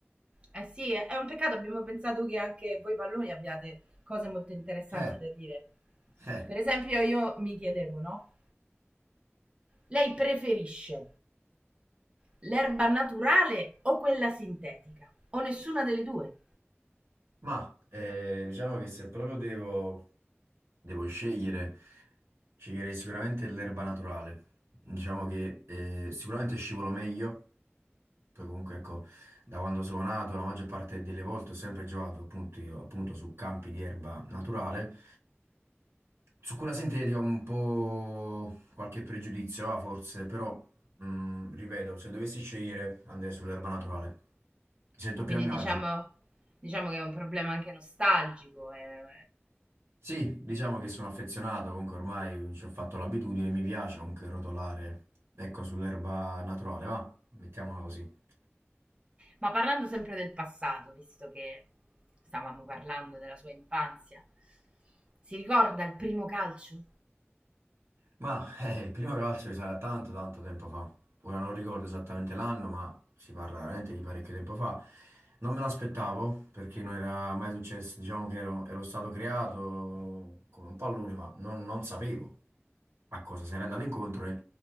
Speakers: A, on the right; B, on the right.
A: Eh sì, è è un peccato, abbiamo pensato che anche voi palloni abbiate cose molto interessanti
B: Eh,
A: da dire.
B: eh,
A: Per esempio, io mi chiedevo, no? Lei preferisce l'erba naturale o quella sintetica, o nessuna delle due.
B: ma eh, diciamo che se proprio devo, devo scegliere, sceglierei sicuramente l'erba naturale. Diciamo che eh, sicuramente scivolo meglio, poi comunque ecco, da quando sono nato, la maggior parte delle volte ho sempre giocato appunto io, appunto su campi di erba naturale. Su quella senteria ho un po' qualche pregiudizio, ah, forse, però, mh, ripeto, se dovessi scegliere andrei sull'erba naturale. Mi sento
A: Quindi
B: più a mio
A: diciamo,
B: agio.
A: diciamo che è un problema anche nostalgico. eh.
B: Sì, diciamo che sono affezionato, comunque ormai ci ho fatto l'abitudine, mi piace comunque rotolare. Ecco, sull'erba naturale, va, mettiamola così.
A: Ma parlando sempre del passato, visto che stavamo parlando della sua infanzia, si ricorda il primo calcio?
B: Ma <laughs> eh, il primo calcio sarà tanto tanto tempo fa. Ora non ricordo esattamente l'anno, ma si parla veramente di parecchio tempo fa. Non me l'aspettavo perché non era mai successo, diciamo che ero, ero stato creato come un pallone, ma non, non sapevo a cosa sarei andato incontro e